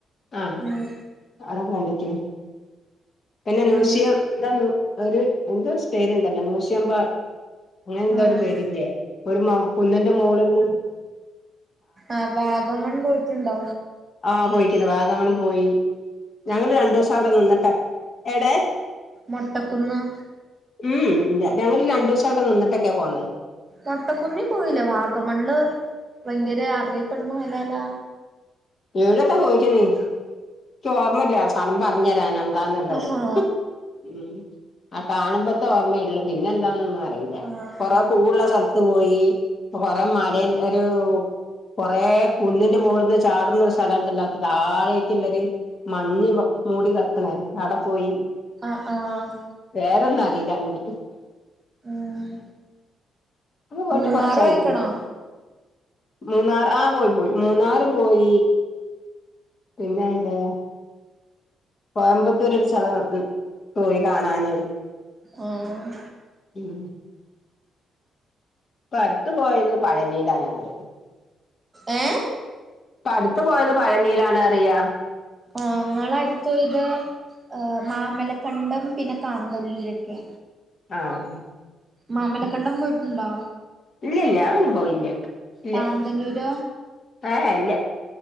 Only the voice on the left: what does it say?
ആഹ്
<unintelligible> പിന്നെ നൂശിയ
എന്താ ഒരു എന്ത് സ്പേര്ണ്ടല്ലോ നോശിയുമമ്പോ അങ്ങനെ എന്താ
ഒരു പേരില്ലേ ഒരു മ കുന്നിന്റെ മോളില്.
ആഹ് പോയിക്കന് വാഗമനം പോയി ഞങ്ങള് രണ്ടു ദിവസം അവിടെ നിന്നിട്ടാ എടെ
ഉം ല ഞങ്ങള് രണ്ട് ദിവസം അവിടെ നിന്നിട്ടക്കെ പോന്നത്.
എവിടൊക്ക പോയിക്ക്ണ് എനിക്ക് ഓർമ്മല്ല സ്ഥലം പറഞ്ഞഞ് തരാൻ അതാ നല്ലത്
ഉ ആ കാണുമ്പത്തെ ഓർമ്മയിള്ളൂ പിന്നെ എന്താന്നൊന്നും അറിയില്ല
കൊറ പൂവ്ള്ള സ്ഥലത്ത് പോയി. കൊറെ മര ഒരു കൊറ കുന്നിന്റെ മോളന്ന്ക് ചാടുന്നൊരു സ്ഥലംല്ല അത് താഴേക്ക് ളര് മഞ്ഞ് മൂടി കിടക്ണേ അവിടെ പോയി
പോര്ന്നും അറിയില്ല അങ്ങനെ
അപ്പൊ പോയിട്ട്
കൊറച്ചായിക്ക്ണ്
മോന്നാർ ആ പോയി പോയി മൂന്നാർ പോയി പിന്നെ എവിടൊ കോയമ്പത്തൂർ ഒരു സ്ഥല പോയി കാണാന്
ഉം ഇപ്പ അടുത്ത പോയത് പഴനിയിലാ ഞങ്ങള്
ടുത്തത്ത് പോയത് പഴനീലാണ് അറിയ
ആഹ്
ഇല്ലല്ല അങ്ങനെ പോയില്ല ഇല്ല
ആഹ് ഇല്ല